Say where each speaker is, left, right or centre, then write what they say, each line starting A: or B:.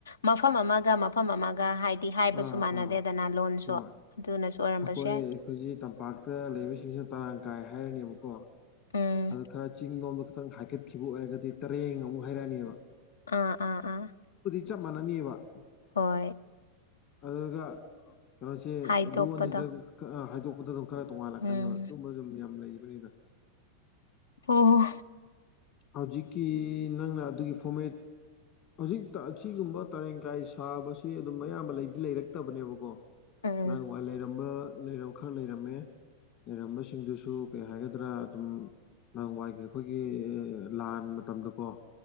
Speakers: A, on the left; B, on the left.
A: ꯃꯐꯝ ꯑꯃꯒ ꯃꯐꯝ ꯑꯃꯒ ꯍꯥꯏꯗꯤ ꯍꯥꯏꯕꯁꯨ
B: ꯑꯥ
A: ꯃꯥꯟꯅꯗꯦꯗꯅ
B: ꯑꯥ
A: ꯂꯣꯟꯁꯨ
B: ꯍꯣꯏ
A: ꯑꯗꯨꯅꯁꯨ ꯑꯣꯏꯔꯝꯕꯁꯨ
B: ꯑꯩꯈꯣꯏ
A: ꯌꯥꯏ
B: ꯑꯩꯈꯣꯏꯖꯤ ꯇꯝꯄꯥꯛꯇ ꯂꯩꯕꯁꯤꯡꯁꯤꯅ ꯇꯔꯥꯡ ꯀꯥꯏ ꯍꯥꯏꯔꯅꯦꯕꯀꯣ
A: ꯎꯝ
B: ꯑꯗ ꯈꯔ ꯆꯤꯡ ꯂꯣꯝꯗ ꯈꯤꯇꯪ ꯍꯥꯏꯀꯠꯈꯤꯕ ꯑꯣꯏꯔꯒꯗꯤ ꯇꯔꯦꯡ ꯑꯃꯨꯛ ꯍꯥꯏꯔꯛꯑꯅꯦꯕ
A: ꯑꯥ ꯑꯥ ꯑꯥ
B: ꯆ ꯃꯅꯅꯤꯕ
A: ꯍꯣꯏ
B: ꯑꯗꯨ ꯀꯩꯅꯣꯁꯦ
A: ꯍꯥꯏꯗꯣꯛꯄꯗꯣ
B: ꯂꯣꯟꯁꯤꯗ ꯍꯥꯏꯗꯣꯛꯄꯗ ꯑꯗꯨꯝ ꯈꯔ ꯇꯣꯡꯉꯥꯜꯂꯛꯀꯅꯦꯕ
A: ꯎꯝ
B: ꯑꯗꯨꯝꯕ ꯑꯗꯨꯝ ꯌꯥꯝ ꯂꯩꯕꯅꯤꯗ
A: ꯑꯣꯣ
B: ꯍꯧꯖꯤꯛꯀꯤ ꯅꯪꯅ ꯑꯗꯨꯒꯤ ꯐꯣꯔꯃꯦꯠ ꯍꯧꯖꯤꯛꯇ ꯑꯁꯤꯒꯨꯝꯕ ꯇꯔꯦꯡꯀꯥꯏ ꯁꯥꯕꯁꯤ ꯁꯤ ꯑꯗꯨꯝ ꯑꯌꯥꯝꯕ ꯂꯩꯗꯤ ꯂꯩꯔꯛꯇꯕꯅꯦꯕꯀꯣ
A: ꯎꯝ
B: ꯅꯍꯪ ꯅꯨꯡꯉꯥꯏ ꯂꯩꯔꯝꯕ ꯂꯩꯔꯝ ꯈꯔ ꯂꯩꯔꯝꯃꯦ ꯂꯩꯔꯝꯕꯁꯤꯡꯗꯨꯁꯨ ꯀꯩ ꯍꯥꯏꯒꯗ꯭ꯔꯥ ꯑꯗꯨꯝ ꯅꯪ ꯋꯥꯏꯒꯦ ꯑꯩꯈꯣꯏꯒꯤ ꯂꯥꯟ ꯃꯇꯝꯗꯀꯣ